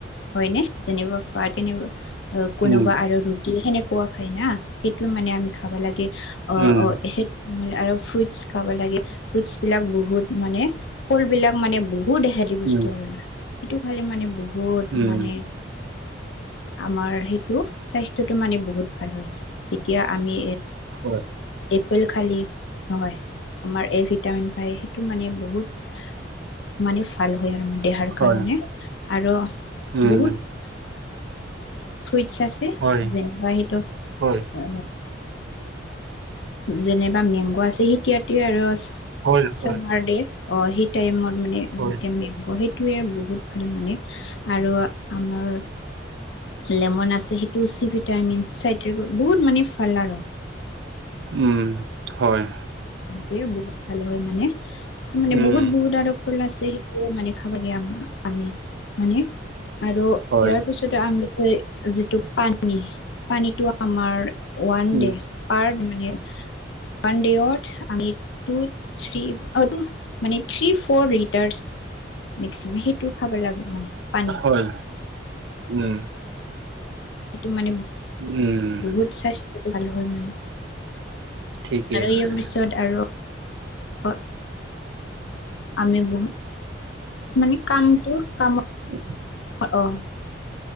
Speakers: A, on the left; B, on the right.
A: হয়নে যেনিবা ফাৰ তেনিবা অ কোনোবা
B: উম
A: আৰু ৰুটি সেনেকুৱা খাই না সেইটো মানে আমি খাব লাগে অ
B: উম
A: অ নহলে আৰু ফ্ৰুইটচ খাব লাগে ফ্ৰুটছ বিলাক বহুত মানে, ফল বিলাক মানে বহুত হেল্ডি বস্তু
B: উম
A: আৰু না। সেইটো খালে মানে বহুত
B: উম
A: মানে আমাৰ সেইটো স্বাস্থ্যটো মানে বহুত ভাল হয়, যেতিয়া আমি
B: হয়
A: এপেল খালে নহয়। আমাৰ এ ভিটামিন পায় সেইটো মানে বহুত, মানে ভাল হয় আৰু মানে। দেহাৰ
B: হয়
A: কাৰণে, আৰু
B: উম
A: বহুত ফ্ৰুইটছ আছে,
B: হয়
A: যেনিবা সেইটো
B: হয়
A: আ যেনিবা মেংগ আছে সেতিয়াটোৱে আৰু আছে
B: হয়
A: চামাৰ
B: হয়
A: দে, অ সেই টাইমত মানে
B: হয়,
A: যেতিয়া মেংগ টোৱে বহুত মানে, আৰু আমাৰ লেমন আছে, সেইটো চি ভিটামিন, চাইট্ৰিকৰ বহুত মানে ভাল আৰু
B: উম, হয়,
A: সেইটোৱেই বহুত ভাল হয় মানে, চ মানে
B: উম,
A: বহুত বহুত আৰু আছে, সেইটোয়ে মানে খাবাগে আমি মানে আৰু
B: হয়,
A: ইয়াৰ পিছত আমি যিটো পানী, পানীটো আমাৰ ওৱান
B: উম,
A: ডে, পাৰ মানে ওৱান ডে অৰ আমি টু, থ্ৰি, মানে থ্ৰী, ফ'ৰ লিটাৰছ। মেক্সিমাম সেইটোও খাব লাগে মানে। পানী
B: হয়, উম।
A: সেইটো মানে
B: উম।
A: বহুত স্বাস্থ্যটো ভাল হয় মানে,
B: ঠিকে
A: আৰু
B: আছে,
A: ইয়াৰ পিছত আৰু অ। আমি বহুত মানে কামটো কাম।
B: <inaudible>
A: অ।